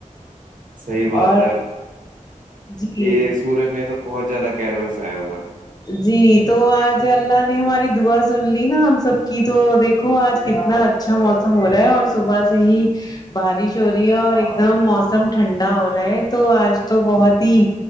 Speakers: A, on the right (about 75°); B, on the left (about 30°).
A: صحیح بات
B: اور
A: ہے
B: جی
A: یہ سورج میں تو بہت زیادہ کیئروس آیا ہوا ہے
B: جی تو آج اللہ نے ہماری دعا سن لی نا ہم سب کی تو دیکھو آج کتنا اچا اچھا موسم ہو رہا ہے اور صبح سے ہی بارش ہو رہی ہے اور ایک دم موسم ٹھنڈا ہو رہا ہے تو آج تو بہت ہی